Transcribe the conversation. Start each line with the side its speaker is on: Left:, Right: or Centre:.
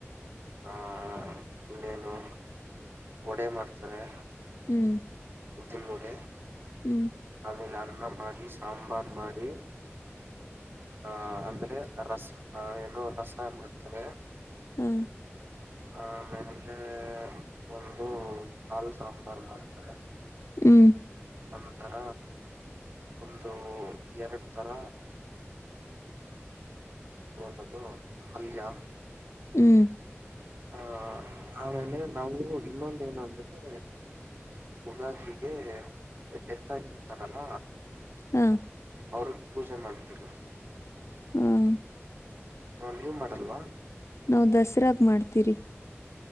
Right: ಆಹ ಉಳ್ಳೇನು ವಡೆ ಮಾಡ್ತಾರೆ
Left: ಹ್ಮ್
Right: ್ದುಲ್ಬೋಟೆ
Left: ಹ್ಮ್
Right: ೇಲೆ ಅಣ್ಣ ಮಾಡಿ ಸಾಂಬಾರ್ ಮಾಡಾರಿಿ ಹ ಅಂದ್ರೆ ರಸ್ ಏನೋ ರಸಾಯ ಮಾಡ್ತಾರೆ
Left: ಹಾ
Right: ಆಮೇಲೆ ಒಂದು ಕಾಲ್ ಸಾಂಬಾರ್ ಮಾಡ್ತಾರೆ
Left: ಹ್ಮ್
Right: ಒಂತರ ಒಂದು ಎರಡು ತರ ಹದು ಅಲ್ಯ
Left: ಹ್ಮ್,
Right: ಹ ಆಮೇಲೆ ನಾವು ಇನ್ನೊಂದ ನಂದ್ರೆ ಉಗಾದಲಿಗೆ ಡೆತ್ ಆಗಿರುತ್ತಾರಲ್ಲ
Left: ಹಾ,
Right: ಅವ್ರ ಪೂಜೆ ಮಾಡ್ತರು
Left: ಹ್ಮ್
Right: ನಾ ನೀ್ ಮಾಡಲ್ವಾ
Left: ನಾವು ದಸರಾಗ ಮಾಡ್ತೀರಿ